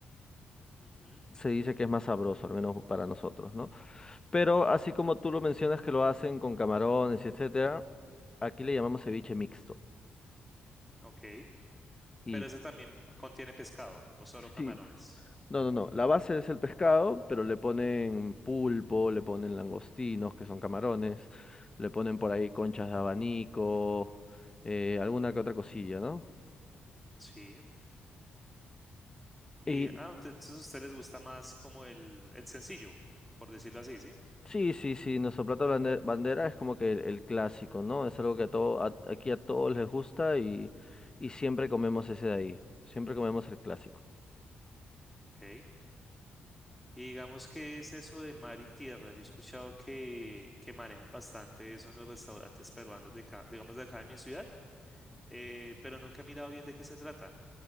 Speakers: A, in the centre; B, on the left.
A: Ujú,
B: Se dice que es más sabroso, al menos para nosotros, ¿no? Pero así como tú lo mencionas que lo hacen con camarones, etcétera, aquí le llamamos ceviche mixto.
A: Ok.
B: y
A: Pero ese también contiene pescado o solo camarones.
B: Sí, no, no, no. La base es el pescado, pero le ponen pulpo, le ponen langostinos, que son camarones, le ponen por ahí conchas de abanico, eh, alguna que otra cosilla, ¿no?
A: Sí. Y
B: Y
A: ah, ent- entonces a ustedes les gusta más como el, el sencillo, por decirlo así, ¿sí?
B: sí, sí, sí, nuestro plato bande- bandera es como que el, el clásico, ¿no? Es algo que a todo, a- aquí a todos les gusta y, y siempre comemos ese de ahí. Siempre comemos el clásico.
A: Ok. Y digamos, ¿qué es eso de mar y tierra? Yo he escuchado que, que manejan bastante eso en los restaurantes peruanos de acá, digamos de acá de mi ciudad, eh, pero nunca he mirado bien de qué se trata.